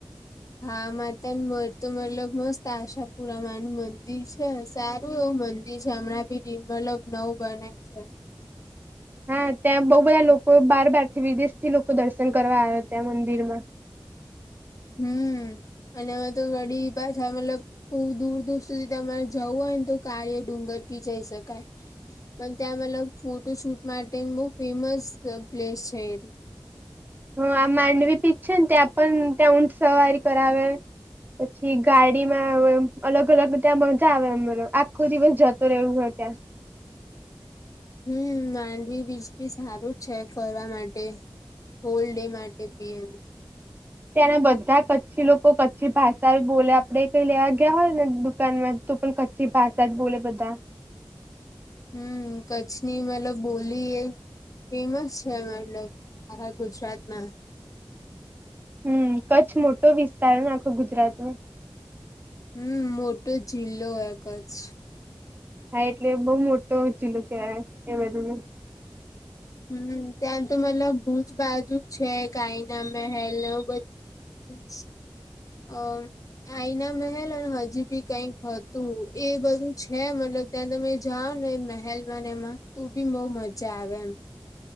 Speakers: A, on the left (about 45°); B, on the right (about 25°).
A: હા માતા મળતું મતલબ મસ્ત આશાપુરામા નું મંદિર છે સારું એવું મં દીર છે, હમણાં ભી રીમ મતલબ નવ બનાય છે.
B: હા ત્યાં બહુ બધા લોકો બાર બાર થી વિદેશ થી લોકો દર્શન કરવા આવે ત્યાં મંદિર માં
A: હમ અનેમાં તો વડી પાછા મતલબ હ દૂર દૂર સુધી તમારે જવું હોય ને તો કાળીયો ડુંગર પી જઈ શકાય. પણ ત્યાં મતલબ ફોટો શૂટ માટે બહુ ફેમસ પ્લેસ છે એ.
B: હું આ માંડવી બીજ છે તયા પણ તયા ઊંઠ સવારી કરાવે. પછી ગાડીમાં અલગ અલગ ત્યાં મજા આવે અમ આખો દિવસ જતો રહેવું હોય ત્યાં.
A: હમ માંડવી બીજ બી સારું છે ફરવા માટે. હોલ ડે માટે પી એમ.
B: ત્યાંના બધા કચ્છી લોકો કચ્છી ભાષા બોલે આપડે કઈ લેવા ગયા હોય ને દુકાન માં. તો પણ કચ્છી ભાષા જ બોલે બધા.
A: હમ કચ્છની મેલો બોલી એ. ફેમસ છે મતલબ આખા ગુજરાતમાં.
B: હમ કચ્છ મોટો વિસ્તાર ને આખો ગુજરાતમાં
A: હમ મોટો જિલ્લો એ કચ્છ.
B: હા એટલે બહુ મોટો જીલું ત્યાંએ બધું નુ.
A: હમ ત્યાં તો મતલબ ભુજ બાજુ છે આઇના મહેલ ને બધું. એ અ આઈના મહેલ અને હજી બી કઈક હતું એ બધું છે મતલબ ત્યાં તમે જાઓ ને એ મહેલ ને એમાં તું બી બઉુ મજા આવે એમ.